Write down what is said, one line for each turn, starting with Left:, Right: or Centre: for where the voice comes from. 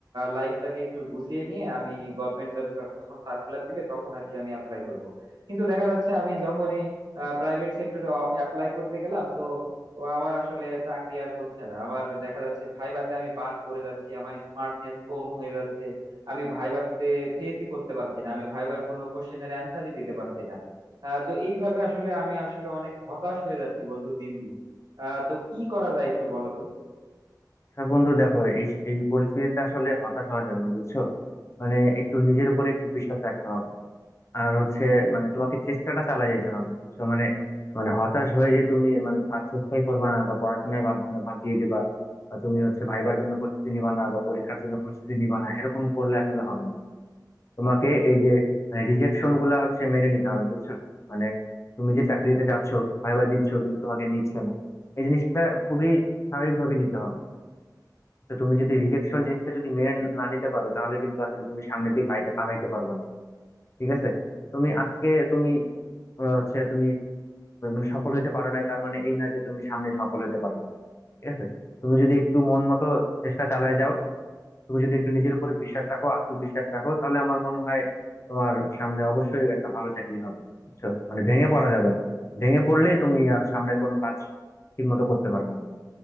Right: লাইফটাকে একটু গুছিয়ে নিয়ে আমি গভর্নমেন্ট জবে যখন সার্কুলার দিবে তখন আর কি আমি অ্যাপ্লাই করব কিন্তু দেখা যাচ্ছে আমি যখনই প্রাইভেট সেক্টরে অ্যাপ্লাই করতে গেলাম তো তো আমার আসলে চাকরি আর হচ্ছে না আমার দেখা যাচ্ছে ভাইভাতে আমি বাদ পড়ে যাচ্ছি আমার স্মার্টনেস কম হয়ে যাচ্ছে আমি ভাইভাতে ফেসই করতে পারছি না আমি ভাইবার কোনো কোশ্চেনের অ্যান্সারই দিতে পারছি না আহ, তো এইভাবে আসলে আমি আসলে অনেক হতাশ হয়ে যাচ্ছি বন্ধু দিন দিন আহ, তো কি করা যায় একটু বলো তো
Left: আচ্ছা বন্ধু দেখো এই এই পরিস্থিতিতে আসলে হতাশ হওয়া যাবে না বুঝছো মানে একটু নিজের উপরে একটু বিশ্বাস রাখতে হবে আর হচ্ছে মানে তোমাকে চেষ্টাটা চালা যেতে হবে বুঝছো মানে মানে হতাশ হয়ে যে তুমি মানে আর চেষ্টাই করবা না বা পড়াশোনায় বাদ বাদ দিয়ে দিবা বা তুমি হচ্ছে ভাইবার জন্য প্রস্তুতি নিবা না বা পরীক্ষার জন্য প্রস্তুতি নিবা না এরকম করলে আসলে হবে না তোমাকে এই যে রিজেকশন গুলা হচ্ছে মেনে নিতে হবে বুঝছো মানে তুমি যে চাকরিতে যাচ্ছ ভাইবা দিচ্ছ কিন্তু তোমাকে নিচ্ছে না এই জিনিসটা খুবই স্বাভাবিকভাবে নিতে হবে তো তুমি যদি রিজেকশন জিনিসটা যদি মেনে না নিতে পারো তাহলে কিন্তু আসলে তুমি সামনের দিকে আগাইতে আগাইতে পারবা না ঠিক আছে তুমি আজকে তুমি আহ, হচ্ছে তুমি মানে সফল হইতে পারো নাই তার মানে এই না যে তুমি সামনে সফল হইতে পারবে না ঠিক আছে তুমি যদি একটু মন মতো চেষ্টা চালায় যাও তুমি যদি একটু নিজের উপর বিশ্বাস রাখো আত্মবিশ্বাস রাখো তাহলে আমার মনে হয় তোমার সামনে অবশ্যই একটা ভালো চাকরি হবে বুঝছো মানে ভেঙে পড়া যাবে না ভেঙে পড়লে তুমি আর সামনের কোনো কাজ ঠিক মতো করতে পারবে না